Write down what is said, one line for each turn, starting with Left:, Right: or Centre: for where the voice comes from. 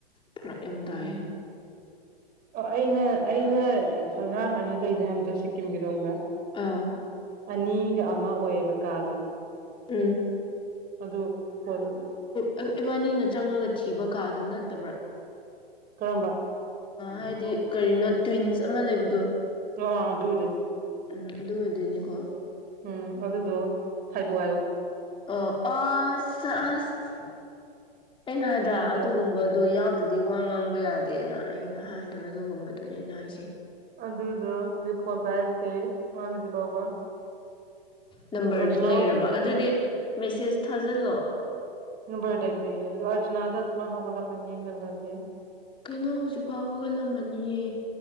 Left: ꯐꯔꯛ ꯌꯥꯝ ꯇꯥꯏꯌꯦ
Right: ꯎꯝ ꯑꯩꯅ ꯑꯩꯅ ꯑꯉꯥꯡ ꯑꯅꯤ ꯗꯩꯅꯦ ꯍꯥꯏꯕꯗꯣ ꯁꯤꯛꯀꯤꯝꯒꯤꯗꯣ ꯈꯪꯕ꯭ꯔ
Left: ꯑꯥ
Right: ꯑꯅꯤꯒ ꯑꯃ ꯑꯣꯏꯌꯦꯕ ꯀꯥꯗꯣ
Left: ꯎꯝ
Right: ꯑꯗꯨ ꯐꯣꯟ
Left: ꯑꯩꯈꯣꯏ ꯏꯕꯥꯅꯤꯅ ꯆꯪꯉꯒ ꯊꯤꯕ ꯀꯥꯗꯨ ꯅꯠꯇꯕ꯭ꯔꯥ
Right: ꯀꯔꯝꯕ
Left: ꯍꯥꯏꯗꯤ ꯀꯔꯤꯅꯣ ꯇ꯭ꯋꯤꯟꯁ ꯑꯃ ꯂꯩꯕꯗꯣ
Right: <unintelligible>
Left: ꯎꯝ ꯑꯗꯨ ꯑꯣꯏꯗꯣꯏꯅꯤꯀꯣ
Right: ꯎꯝ ꯑꯗꯨꯗꯨꯣ ꯐꯥꯏꯕꯣꯛ ꯍꯥꯏꯌꯣ
Left: ꯑꯣ ꯑꯁ ꯑꯁ ꯑꯩꯅ ꯍꯥꯏꯗ꯭ꯔꯥ
Right: ꯑꯗꯨꯗꯣ
Left: ꯑꯗꯨꯒꯨꯝꯕꯗꯨ ꯌꯥꯎꯗ꯭ꯔꯗꯤ ꯗꯤ ꯋꯥ ꯉꯥꯡꯕ ꯌꯥꯗꯦꯅ ꯑꯩꯅ ꯍꯥꯏꯗꯣ ꯑꯗꯨꯒꯨꯝꯕꯗꯨꯅ ꯑꯩꯅ ꯍꯥꯏꯁꯦ
Right: ꯑꯗꯨꯗꯣ ꯍꯧꯖꯤꯛ ꯐꯣꯟ ꯄꯥꯏꯔꯛꯇꯦ ꯃꯥ ꯍꯥꯏꯖꯤꯛ ꯐꯥꯎꯕ
Left: ꯅꯝꯕꯔꯗꯤ
Right: ꯑꯗꯨ ꯑꯔꯆꯅꯥ
Left: ꯂꯩꯔꯕ
Right: ꯍꯣꯏꯁꯨ ꯀꯩꯝ
Left: ꯑꯗꯨꯗꯤ
Right: ꯍꯥꯏꯔꯛꯇꯦ
Left: ꯃꯦꯁꯦꯁ ꯊꯥꯖꯤꯜꯂꯣ
Right: ꯅꯝꯕꯔ ꯂꯩꯇꯦꯌꯦ ꯑꯗꯨ ꯑꯔꯖꯗ ꯃꯥ ꯍꯧꯒꯠꯂꯛꯀꯥꯟꯗ ꯌꯦꯡꯍꯜꯂꯒꯦ
Left: ꯀꯩꯅꯣ ꯍꯧꯖꯤꯛꯐꯥꯎ ꯍꯧꯒꯠꯂꯝꯃꯅꯤꯌꯦ